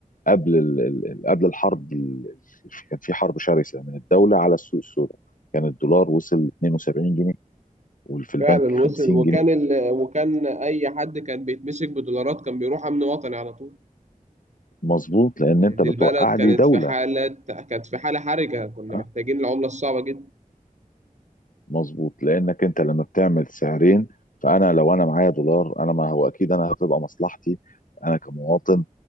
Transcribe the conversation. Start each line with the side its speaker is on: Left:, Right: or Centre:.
Left: قبل ال- ال- ال- قبل الحرب ال- كان في حرب شرسة من الدولة على السوق السوداء كان الدولار وصل 72 جنيه وفي البنك
Right: فعلا وصل
Left: 50
Right: وكان
Left: جنيه
Right: ال... وكان أي حد كان بيتمسك بدولارات كان بيروح أمن وطني على طول
Left: فمظبوط لأن أنت
Right: دي
Left: بتوقع
Right: البلد كانت
Left: لي دولة
Right: في حالة كانت في حالة حرجة كنا
Left: أه؟
Right: محتاجين العملة الصعبة جدا
Left: مظبوط لانك انت لما بتعمل سعرين فانا لو انا معايا دولار انا ما هو اكيد انا هتبقى مصلحتي انا كمواطن